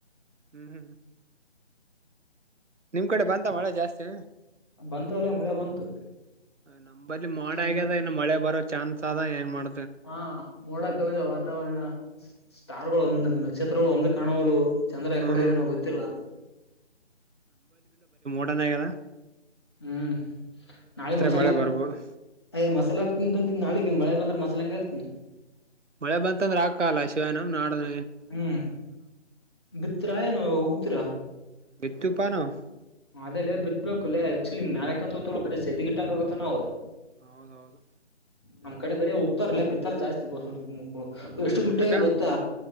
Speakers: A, on the right; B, on the left.
A: ಹ್ಮ್ ಹ್ಮ್ ನಿಮ್ ಕಡೆ ಬಂತ ಮಳೆ ಜಾಸ್ತಿ
B: ಬಂತು ಅಲ ಮಳೆ ಬಂತು.
A: ನಂಬಲ್ಲಿ ಮೋಡ
B: ಸುಮ್ನ
A: ಆಗ್ಯದ ಇನ್ನು ಮಳೆ ಬರೋ ಚಾನ್ಸ್ ಆದ ಏನ್ ಮಾಡ
B: ಹಾ ಮೋಡ ಕವಿದ ವಾತಾವರಣ ಸ್ಟಾರ್ಗಳು
A: ಹ್ಮ್
B: ಒಂದ್ ನಕ್ಷತ್ರಗಳ್ ಒಂದು ಕಾಣೋವಲು ಚಂದ್ರ ಯಾಕಡು
A: ಹ್ಮ್
B: ಏನೋ ಗೊತ್ತಿಲ್ಲ.
A: ಕಾಣೆಯಾಗ್ಯದ
B: ಹ್ಮ್ ನಾಳೆ ಮಸಾಲ
A: ಮಳೆ ಬರ್ಬೋದು
B: ಅಯ್ ಮಸಾಲೆ ಹಾಕ್ತೀನ್ ಅಂತಂತಿ ನಾಳೆಗ್ ಏನ್ ಮಳೆ ಬಂದ್ರೆ ಮಸಾಲಾ ಹೆಂಗ್ ಹಕ್ತೀನಿ.
A: ಮಳೆ ಬಂತಂದ್ರ ಆಕಕಾಲ್ಲ ಶಿವನು ನಾಡದ್
B: ಹ್ಮ್ ಬಿತ್ರಾ ಏನು ಉಗುದ್ರ
A: ಬಿತ್ತುಪಾ ನಾವು
B: ಅದೇಲೆ ಬಿತ್ ಬೇಕುಲ್ಲೆ ಆಕ್ಚುಲಿ ಮ್ಯಾಲಕಂತ ತೂರ್ ಬರಿ ಸದಿಟ್ಟಕ ಆಗುತ್ತ ನಾವು.
A: ಹೌದೌದು
B: ನಮ್ಮ್ ಕಡೆ ಬರೇ ಉತ್ತ್ ತಾರ್ಲೆ ಬಿತ್ತಲ್ ಜಾಸ್ತಿ <unintelligible> ಎಷ್ಟು ದುಟ್ಟಿ
A: ಯಾಕ
B: ಆಗಿದ್ ಗೊತ್ತಾ